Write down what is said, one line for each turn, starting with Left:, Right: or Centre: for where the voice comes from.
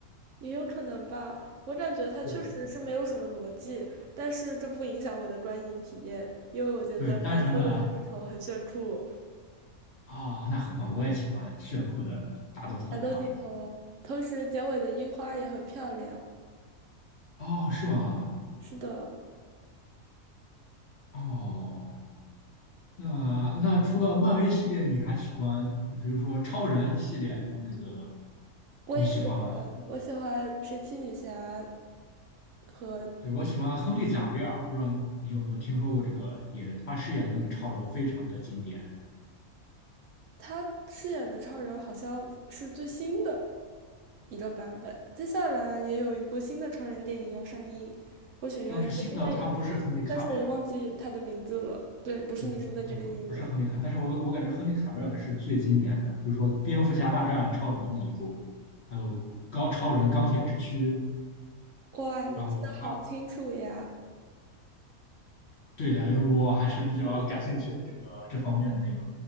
Right: 也有可能吧。我感觉它确实是没有什么逻辑，
Left: 是的，是的
Right: 但是这不影响我的观影体验，因为我觉得打斗的镜头很炫酷，
Left: 对，单纯的啊、那很棒，我也喜欢炫酷的打斗特效，
Right: 打斗镜头，同时结尾的樱花也很漂亮。
Left: 哦，是吗？
Right: 是的。
Left: 哦，那那除了漫威系列，你还喜欢，比如说超人系列，就是那个
Right: 我也喜欢，
Left: 你喜欢吗？
Right: 我喜欢神奇女侠和
Left: 对，我喜欢亨利·贾维尔，不知道你有没有听说过这个演员，他饰演的那个超人非常的经典。
Right: 她饰演的超人好像是最新的一个版本。接下来也有一部新的超人电影要上映，会选用一个新的演员，
Left: 但是新的他不是亨利·
Right: 但是我忘记他的名字了。
Left: 卡维尔，
Right: 对，不是你说的这个演员。
Left: 对对，他不不是亨利卡，但是我我感觉亨利·卡维尔的是最经典的，比如说《蝙蝠侠大战超人》那一部，还有高超人钢铁之躯，
Right: 哇，你记得好清楚呀！
Left: 然后他对的，我还是比较感兴趣这个这方面的内容。